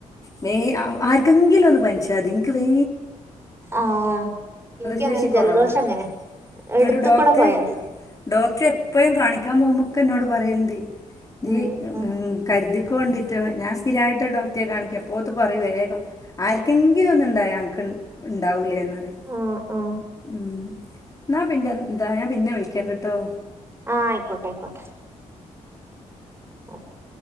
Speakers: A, on the left (about 25°); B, on the right (about 20°).
A: മ ആർക്കെങ്കിലും ഒന്ന് പഞ്ച്ചതി എനിക്ക് വേ
B: ആനിക്കങ്ങനെ
A: ശേഷി കൊറവാ
B: ജലദോഷം അങ്ങനെ
A: ഇങ്ങട്ട്
B: എടുത്ത
A: ഡോക്ടർ
B: കൂടെ പോയാ മതി
A: ഡോക്ടർ എപ്പഴും കാണിക്കാൻ പോകുമ്പോക്കെ ന്നോട് പറയൽണ്ട് ജീ
B: ഉം ഉം
A: കരുതിക്കൊണ്ടിട്ട ഞാൻ സ്ഥിരയായിട്ട് ഡോക്ടറെ കാണിക്കാ അപ്പോത്ത് പറ വേഗം ആർക്കെങ്കിലും ഒന്നുംണ്ടായ അന ക്ക് ഇണ്ടാവൂലേ ന്നറിം.
B: ആ ആ
A: ഉം. ന്നാ പിന്നെ എന്താ ഞാൻ പിന്നെ വിളിക്കണ്ട് ട്ടോ
B: ആഹ് അയ്ക്കോട്ടെ അയ്ക്കോട്ടെ ഓക്കെ